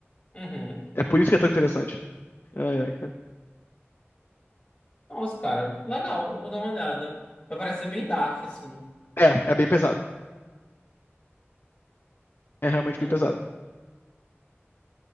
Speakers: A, on the left; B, on the left.
A: Uhum.
B: É por isso que é tão interessante. Ai, ai, cara.
A: Nossa, cara. Legal, eu vou dar uma olhada. Vai parecer bem dark, assim.
B: É, é bem pesado. É realmente
A: É.
B: bem pesado.